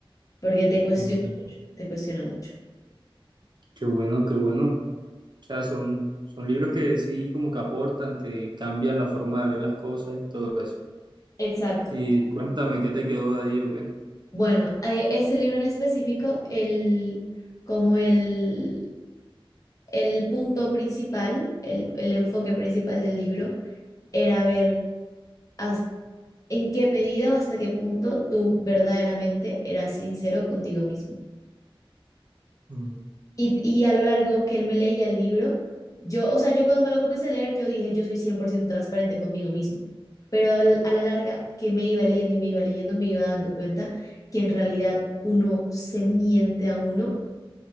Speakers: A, on the left (about 35°); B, on the right (about 55°).
A: porque te cuestiona
B: Mm,
A: mucho, te cuestiona mucho.
B: qué bueno, qué bueno. O sea, son, son libros que sí como que aportan, que cambian la forma de ver las cosas y todo eso.
A: Exacto.
B: Y cuéntame qué te quedó de allí o qué.
A: Bueno, eh, este libro en específico, el, como el, el punto principal, el, el enfoque principal del libro, era ver hasta- en qué medida o hasta qué punto tú verdaderamente eras sincero contigo mismo.
B: Mm,
A: Y, y a lo largo que él me leía el libro, yo, o sea, yo cuando me lo comencé a leer, yo dije, yo soy 100% transparente conmigo mismo. Pero al- a la larga que me iba leyendo y me iba leyendo, me iba dando cuenta que en realidad uno se miente a uno